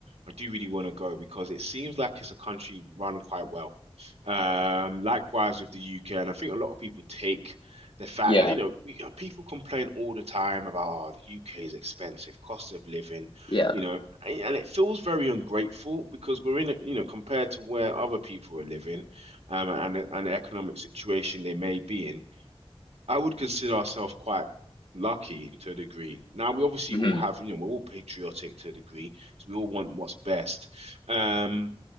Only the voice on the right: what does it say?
I do really want to go because it seems like it's a country run quite well. Um, likewise with the UK, and I think a lot of people take the fact
that, you know, we, uh, people complain all the time about, oh, the UK is expensive, cost of living,
you know, and, and it feels very ungrateful because we're in, it, you know, compared to where other people are living, um, and and the economic situation they may be in I would consider ourselves quite lucky to a degree. Now we obviously
all have, you know, we're all patriotic to a degree, so we all want what's best. Um,